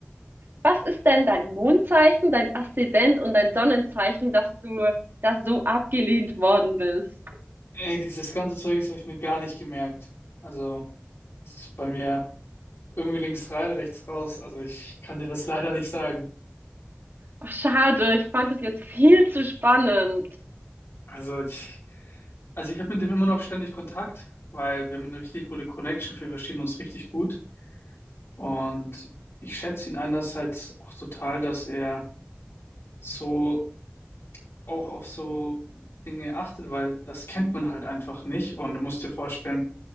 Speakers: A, on the right; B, on the left.
A: Was ist denn dein Mondzeichen, dein Aszendent und dein Sonnenzeichen, dass du da so abgelehnt worden bist?
B: Ey, dieses ganze Zeug, das habe ich mir gar nicht gemerkt. Also, das ist bei mir irgendwie links rein, rechts raus. Also, ich kann dir das leider nicht sagen.
A: Ach, schade, ich fand es jetzt viel zu spannend.
B: Also, ich, also ich habe mit dem immer noch ständig Kontakt, weil wir haben eine richtig gute Connection. Wir verstehen uns richtig gut. Und ich schätze ihn einerseits auch total, dass er so auch auf so Dinge achtet, weil das kennt man halt einfach nicht. Und du musst dir vorstellen,